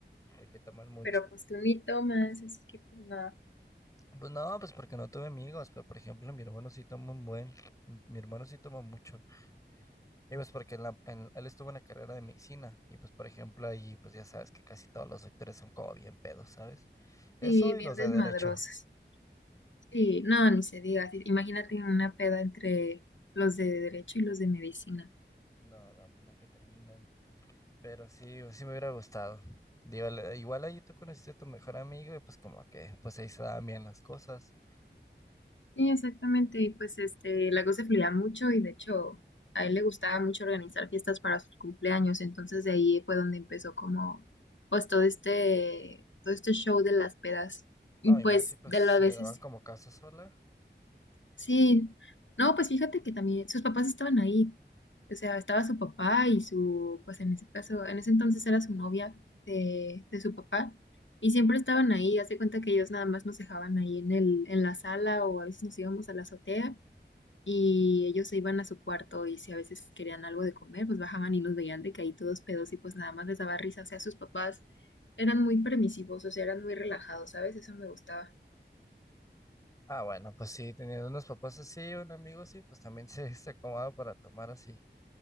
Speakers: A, on the left; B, on the left.
A: de que toman mucho.
B: pero pues tú ni tomas, así que pues nada.
A: Pues no, pues porque no tuve amigos, pero por ejemplo, mi hermano sí toma un buen, mi mi hermano sí toma mucho. Y pues porque en la- en- él estuvo en la carrera de medicina, y pues por ejemplo ahí, pues ya sabes que casi todos los sectores son como bien pedos, ¿sabes? Eso
B: Sí,
A: y
B: bien
A: los
B: desmadrosas.
A: de derecho.
B: Sí, no, ni se diga. sí, Imagínate una peda entre los de derecho y los de medicina.
A: No, no, pues nunca terminan. Pero sí, pues sí me hubiera gustado. Digo, la- igual ahí tú conociste a tu mejor amigo y pues como que, pues ahí se daban bien las cosas.
B: Sí, exactamente. Y pues este, Lagos se fluía mucho y de hecho a él le gustaba mucho organizar fiestas para sus cumpleaños. Entonces de ahí fue donde empezó como pues todo este, todo este show de las pedas.
A: No,
B: Y
A: y
B: pues
A: más si pues
B: de
A: si
B: las veces,
A: le daban como casa sola,
B: sí. No, pues fíjate que también sus papás estaban ahí. O sea, estaba su papá y su, pues en ese caso, en ese entonces era su novia de, de su papá. Y siempre estaban ahí, hace cuenta que ellos nada más nos dejaban ahí en el, en la sala o a veces nos íbamos a la azotea y ellos se iban a su cuarto y si a veces querían algo de comer, pues bajaban y nos veían de que ahí todos pedos y pues nada más les daba risa. O sea, sus papás eran muy permisivos, o sea, eran muy relajados, ¿sabes? Eso me gustaba.
A: Ah, bueno, pues sí, teniendo unos papás así, un amigo así, pues también <laughs> se, se acomoda para tomar así.